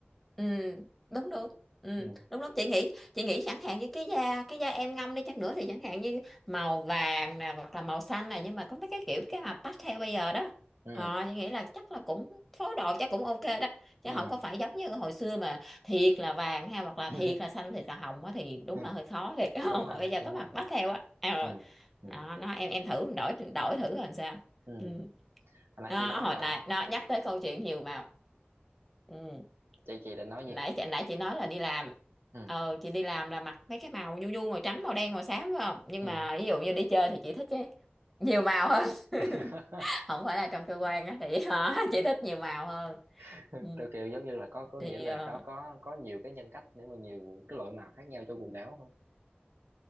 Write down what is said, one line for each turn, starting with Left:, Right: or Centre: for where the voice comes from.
Centre: ừ đúng đúng ừ
Right: ừ
Centre: đúng đúng chị nghĩ chị nghĩ chẳng hạn như cái da cái da em ngâm đi chăng nữa thì chẳng hạn như màu vàng nè hoặc là màu xanh nè nhưng mà có mấy cái kiểu cái mà pastel bây giờ đó
Right: ừ
Centre: ờ chị nghĩ là chắc là cũng phối đồ chắc cũng ok đó chứ
Right: ừ
Centre: không có phải giống như hồi xưa mà thiệt là vàng ha hoặc là
Right: <laughs>
Centre: thiệt là xanh thiệt là hồng á thì đúng
Right: ừ.
Centre: là hơi khó thiệt <laughs> không
Right: đúng rồi
Centre: mà bây giờ
Right: đúng
Centre: có mặt
Right: rồi
Centre: pastel á ờ
Right: ừ ừ
Centre: đó, nó em em thử đổi đổi thử làm sao
Right: ừ
Centre: ừ
Right: hồi nãy
Centre: nó
Right: chị nói
Centre: hồi
Right: là
Centre: nãy nó nhắc tới câu chuyện nhiều màu ừ
Right: chị chị định nói
Centre: nãy
Right: gì
Centre: chị nãy chị nói là đi làm
Right: ừ
Centre: ờ chị đi làm là mặc mấy cái màu nhu nhu màu trắng màu đen màu xám phải không nhưng
Right: ừ
Centre: mà ví dụ như đi chơi thì chị thích cái nhiều màu hơn
Right: <laughs>
Centre: <laughs> không phải là trong cơ quan á thì hả, <laughs> chị thích nhiều màu hơn
Right: <laughs>
Centre: ừ,
Right: theo kiểu giống như là có có
Centre: thì
Right: nghĩa là
Centre: ờ,
Right: nó có có nhiều cái nhân cách để mà nhiều cái loại màu khác nhau cho quần áo không